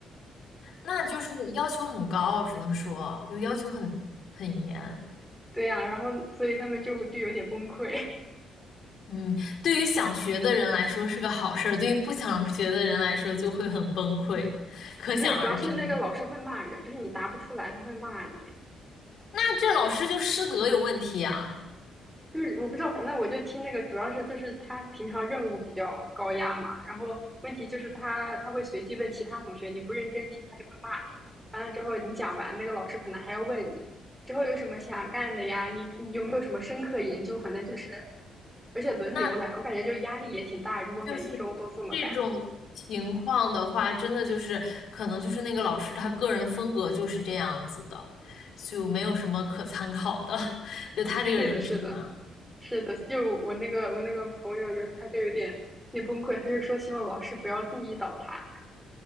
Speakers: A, on the left; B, in the centre.
A: 那就是要求很高，只能说就要求很很严。
B: 对呀，然后所以他们就就有点崩溃，
A: 嗯，对于想学的人来说是个好事儿，对于不想学的人来说就会很崩溃，
B: <laughs>
A: 可想而知。
B: 没有，主要是那个老师会骂人，就是你答不出来他会骂你。
A: 那这老师就师德有问题啊？
B: 就是我不知道，反正我就听那个，主要是就是他平常任务比较高压嘛，然后问题就是他他会随机问其他同学，你不认真听他就会骂，完了之后你讲完，那个老师可能还要问你之后有什么想干的呀，你你有没有什么深刻研究，反正就是，而且轮流来，
A: 那
B: 我感觉就压力也挺大，如果每一周都这么干，
A: 就是这种情况的话，真的就是可能就是那个老师他个人风格就是这样子的，就没有什么可参考的，<laughs> 就他这个人是这样。
B: 是的，是的，是的，就我那个我那个朋友就是他就有点那崩溃，他就说希望老师不要注意到他。